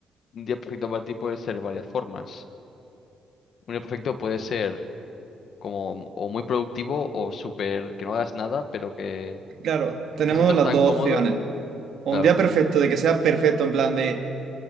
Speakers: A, on the left (about 60°); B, on the right (about 70°).
A: Un día perfecto para ti puede ser varias formas. Un día perfecto puede ser como o muy productivo o súper que no hagas nada, pero que
B: Claro, tenemos
A: te sientas
B: las
A: tan
B: dos
A: cómodo.
B: opciones. O
A: Claro,
B: un día
A: claro.
B: perfecto, de que sea perfecto, en plan de